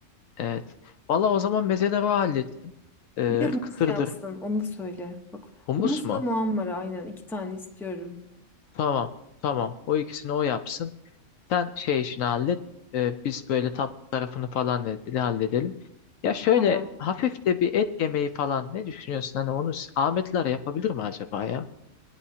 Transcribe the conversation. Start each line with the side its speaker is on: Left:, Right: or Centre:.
Left: evet. Valla o zaman mezeleri o halletsin. Ee,
Centre: Bir de humus
Left: kısırdır.
Centre: yapsın. Onu da söyle. Bak
Left: Humus
Centre: humusla
Left: mu?
Centre: muhammara aynen iki tane istiyorum.
Left: Tamam. Tamam. O ikisini o yapsın. Sen şey işini hallet. e, biz böyle tatlı tarafını falan ne- ne halledelim. Ya şöyle
Centre: Tamam.
Left: hafif de bir et yemeği falan ne düşünüyorsun? Hani onu s- Ahmetler yapabilir mi acaba ya?